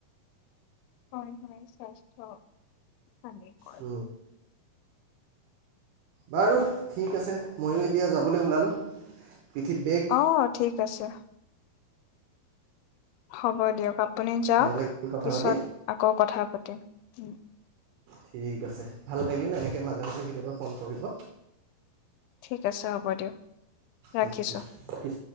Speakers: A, on the left; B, on the right.
A: হয় হয় স্বাস্থ্য হানিকৰ
B: অ বাৰু ঠিক আছে ময়ো এতিয়া যাবলৈ ওলালোঁ পিঠিত বেগ
A: অ ঠিক আছে হ'ব দিয়ক আপুনি যাওক
B: ভাল লাগিল কথা
A: পিছত
B: পাতি
A: আকৌ কথা পাতিম উম
B: ঠিক আছে ভাল লাগিল এনেকে মাজে মাজে কেতিয়াবা ফোন কৰিব
A: ঠিক আছে হ'ব দিয়ক ৰাখিছো
B: উম উম